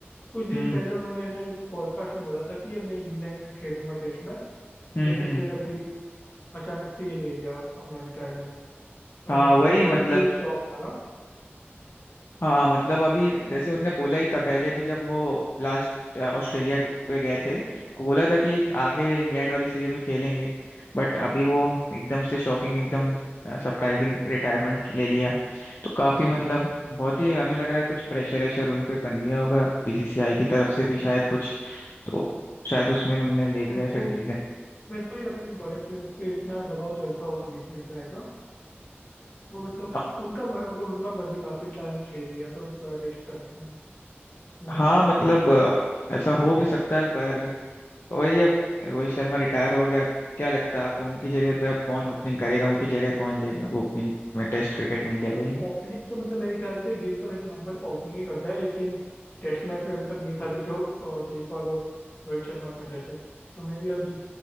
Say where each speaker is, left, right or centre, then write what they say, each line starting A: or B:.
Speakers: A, on the left; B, on the left.
A: कुछ दिन
B: हम्म
A: पहले उन्होंने ना एक पॉडकास्ट में बोला था कि ये मैं इंग्लैंड में खेलूंगा टेस्ट मैच
B: हम्म
A: लेकिन
B: हम्म
A: फिर अभी अचानक से ये ले लिया अपना रिटायरमेंट तो
B: हाँ
A: मतलब
B: वही
A: काफी
B: मतलब
A: शॉक लगा
B: हाँ मतलब अभी
A: हम्म,
B: जैसे उनने बोला ही था पहले भी जब वो लास्ट ऑस्ट्रेलिया पे गए थे वो बोला था कि
A: हम्म।
B: आगे इंग्लैंड वाली सीरीज में खेलेंगे बट अभी वो एकदम से शॉकिंग एकदम सरप्राइजिंग रिटायरमेंट ले लिया तो काफी मतलब बहुत ही हमें लग रहा है कुछ प्रेशर वेशर उन पे बन गया होगा बीसीसीआई की तरफ से भी शायद कुछ तो शायद उसमें उनने ले लिया
A: मेरे
B: ऐसा
A: को
B: डिसीजन
A: मेरे को नहीं लगता कि बड़े पे, पे इतना दबाव चलता होगा बीसीएसआई का आएगा वो मतलब
B: हाँ
A: उनका मर- वो तो उनका मर्जी काफी टाइम खेल लिया तो अभी थोड़ा रेस्ट कर लेना तो
B: हाँ, मतलब
A: ठीक है मतलब
B: अ, ऐसा हो भी सकता है पर तो वही अब रोहित शर्मा रिटायर हो गया क्या लगता है आपको उनकी जगह पे अब कौन ओपनिंग करेगा उनकी जगह कौन लेगा अब ओपनिंग में टेस्ट क्रिकेट में इंडिया
A: मतलब
B: के लिए
A: ओपनिंग तो मतलब मेरे ख्याल से गिल तो वैसे नॉर्मल ओपनिंग ही करता है लेकिन टेस्ट मैच में अभी तक नहीं था क्योंकि वो, अ, जायसवाल और रोहित शर्मा कर रहे थे तो मैं भी अभी